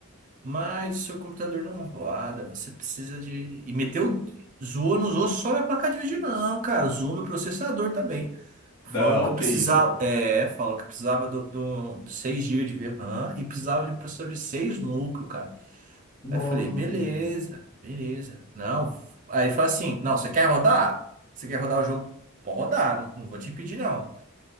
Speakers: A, on the right; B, on the left.
A: mas o seu computador não roda, você precisa de. E meteu. Zoou, não zoou só minha placa de vídeo, não, cara. Zoou meu processador também. Falou
B: Não,
A: que eu
B: que
A: precisava.
B: isso, pô.
A: É, falou que eu precisava do, do, do 6 GB de RAM e precisava de um processador de 6 núcleos, cara.
B: Não.
A: Aí eu falei, beleza, beleza. Não. Aí ele fala assim: não, você quer rodar? Você quer rodar o jogo? Pode rodar, não, não vou te impedir, não.